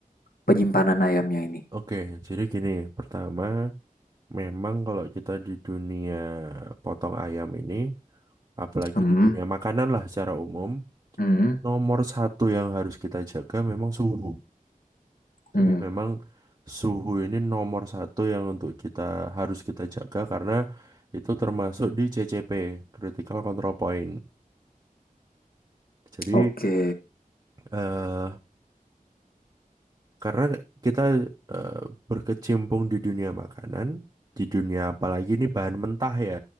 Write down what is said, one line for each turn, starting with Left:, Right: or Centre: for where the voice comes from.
Left: penyimpanan ayamnya ini?
Right: oke. Jadi gini, pertama, memang kalau kita di dunia potong ayam ini, apalagi
Left: Hmm,
Right: di dunia makanan lah secara umum,
Left: hmm,
Right: nomor satu yang harus kita jaga memang suhu.
Left: hmm.
Right: Jadi memang suhu ini nomor satu yang untuk kita harus kita jaga karena itu termasuk di CCP Critical Control Point. Jadi
Left: Oke.
Right: eh, karena kita eh, berkecimpung di dunia makanan, di dunia apalagi ini bahan mentah ya,